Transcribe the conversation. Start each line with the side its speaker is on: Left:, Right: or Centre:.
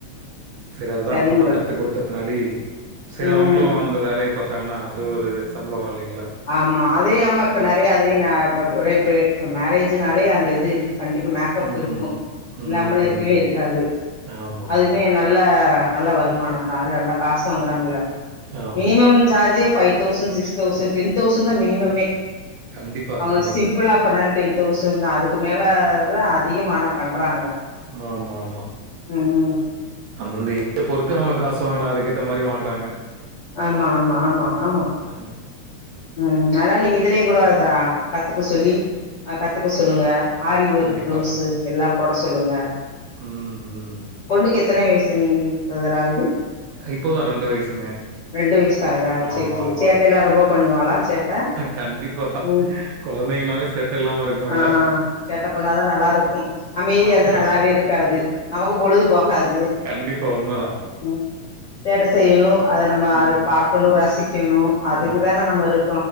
Right: செரி அதா
Left: சரிங்க
Right: அப்றமா
Left: பிரதர்
Right: கத்து குடுத்த பின்னாடி செரி
Left: ம்
Right: அவுங்ளு அந்த வேலய பாத் தாங்கனா அது ஒரு சம்ப்ளோ வரோ இல்லைங்களா
Left: ஆமா அதே ஆமா இப்ப நெறய அதுலே ந ப ப ரே பே மேரேஜுனாலே அந்த இது இருக் கண்டிப்பா மேக்கப்
Right: ம்,
Left: இருக்கு
Right: ம்,
Left: இல்லாமலா இருக்கவே
Right: ம்.
Left: இருக்காது
Right: ஆமா,
Left: அதுமே
Right: ஆமா.
Left: நல்ல நல்ல வருமானந்தா அது அதுல காசு வாங்குறாங்கல்ல
Right: ஆமா.
Left: மினிமம் சார்ஜே five thousand six thousand ten thousand தா மினிமமே
Right: கண்டிப்பா,
Left: அவுங்க
Right: கண்டிப்பா.
Left: சிம்புளா பண்ணால் டென் தௌசண் தா அதுக்கு மேலதா அத் திகமானா பண்றாங்க
Right: மா மா மா
Left: ம்
Right: அந்தந்த ஏ பொறுத்து அவ்ங்க காசு வாங்குனா அதுகேத்த மாரி வாங்குறாங்க
Left: ஆமா ஆமா ஆமா ஆமா
Right: அ
Left: ம் அதனால நீங்க இதுலய் கூட ச ஆ கத்துக்க சொல்லி ஆ கத்துக்க சொல்லுங்க ஆரி ஒர்க்
Right: கண்டிப்பா.
Left: பிளவுஸு எல்லா போட சொல்லுங்க
Right: ம் ம்
Left: பொண்ணுக்கு எத்தன வயசுங் ப்ரதர் ஆகுது
Right: இப்போ தா ரெண்டு வயசுங்க
Left: ரெண்டு வய்ஸ் தா ஆகுதா செர்
Right: ஆமா,
Left: செர்
Right: ஆமா.
Left: சேட்டைலா ரொம்ப பண்ணுவாள் சேட்ட
Right: கண்டிப்பா.
Left: ம்
Right: குழந்தைங்கனாவே சேட்ட இல்லாம இருக்குங்களா?
Left: ஆ சேட்ட பண்ணாதா நல்லாருக்கு அமைதியா
Right: ஆமா.
Left: இருந்தா நல்லாவேருக்காது நமக்கு பொழுது போகாது
Right: கண்டிபா உண்மதா
Left: ம் சேட்ட செய்யணு அத நம்ம
Right: ம்.
Left: பாக்கணு ரசிக்கணு அதுக்குதானே
Right: ஆ
Left: நம்ம இரு